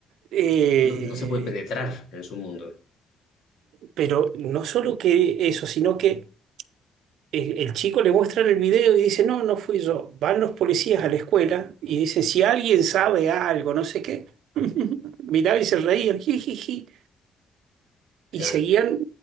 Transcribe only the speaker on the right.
Eh,
pero no solo que eso, sino que el, el chico le muestra el video y dice, no, no fui yo. Van los policías a la escuela y dicen, si alguien sabe algo, no sé qué, miraba y se reían, jijiji, y
seguían